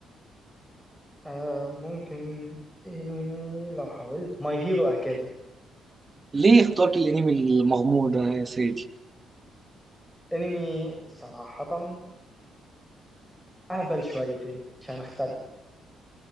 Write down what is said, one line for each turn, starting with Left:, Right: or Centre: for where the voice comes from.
Centre: آه ممكن انمي لو حاولت ماي هيرو اكاديمي
Right: ليه اخترت الانمي المغمور ده يا سيدي
Centre: انمي صراحة اهبل شويتين عشان اختلف